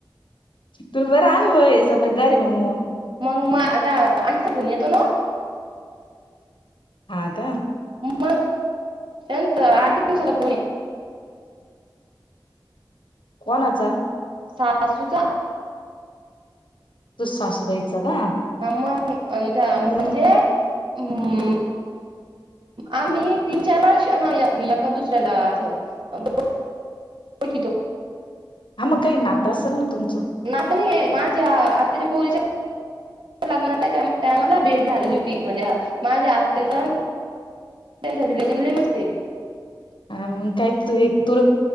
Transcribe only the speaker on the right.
मग मग आता आणंटीचा फोन येतो ना ओ?
मग त्यांचं आठ दिवसाला फोन
सासूचा.
आ मग त्या म्हणजे
अं आम्ही तीन चारला ना एका दुसऱ्याला असं ओळ, ओळखितो.
नात नाहीये माझ्या आताच्या पोरीच्या लग्नात त्याच्या टायमाला भेट झालेली होती म्हणजे माझ्या आत्याच्या त्यांच रिलेशन लई मस्त आहे.